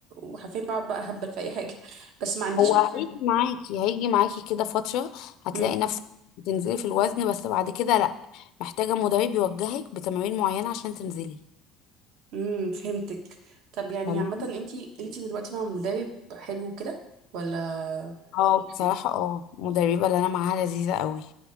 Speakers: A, on the right (about 65°); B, on the left (about 65°).
A: وحرفيا بقعد بقى هبل في اي حاجه <laughs> بس ما عنديش
B: هو
A: عارفه
B: هيجي معاكي هيجي معاكي كده فترة هتلاقي
A: امم
B: نفسك بتنزلي في الوزن بس بعد كده لأ محتاجة مدرب يوجهك بتمارين معينة عشان تنزلي
A: امم فهمتك طب يعني
B: فاهماني؟
A: عامه انتي انتي دلوقتي مع مدرب حلو كده ولا
B: اه
A: لوحدك؟
B: بصراحة اه المدربة اللي أنا معاها لذيذة قوي